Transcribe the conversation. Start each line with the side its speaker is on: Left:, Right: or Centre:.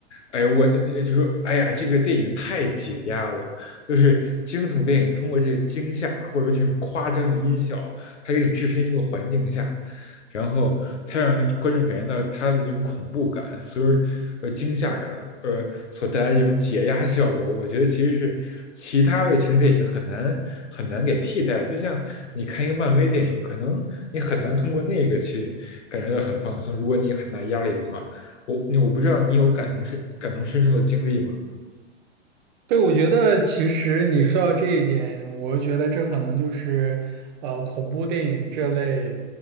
Left: “哎，我呃就说哎呀，这个电影太解压了，就是惊悚电影通过这个惊吓或者说这种夸张的音效，它给你置身一个环境下，然后它让观众感觉到它的这种恐怖感，所以呃惊吓感，呃所带来这种解压效果，我觉得其实是其他类型电影很难很难给替代的就像你看一个漫威电影，可能你很难通过那个去感觉到很放松，如果你有很大压力的话。我我不知道你有感同身感同身受的经历吗？
Right: 对，我觉得其实你说到这一点，我觉得这可能就是呃恐怖电影这类